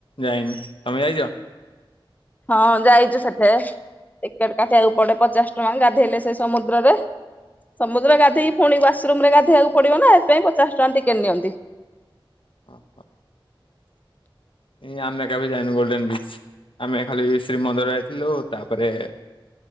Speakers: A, on the left (about 70°); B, on the left (about 20°).
A: ଯାଇନି ତମେ ଯାଇଚ?
B: ହଁ ଯାଇଚୁ ସେଠେ ଟିକେଟ୍ କାଟିଆକୁ ପଡେ ପଚାଶ ଟଙ୍କା ଗାଧେଇଲେ ସେଇ ସମୁଦ୍ରରେ। ସମୁଦ୍ର ଗାଧେଇକି ପୁଣି ୱାସରୁମ୍ ରେ ଗାଧେଇଆକୁ ପଡିବ ନା ଏଥିପାଇଁ ପଚାଶ ଟଙ୍କା ଟିକେଟ୍ ନିଅନ୍ତି।
A: ଅହୋ। ଏଇ ଆମେ କୋବେ ଯାଇନୁ ଗୋଲ୍ଡେନ ବିଚ୍। ଆମେ ଖାଲି ଶ୍ରୀ ମନ୍ଦିର ଯାଇଥିଲୁ ତାପରେ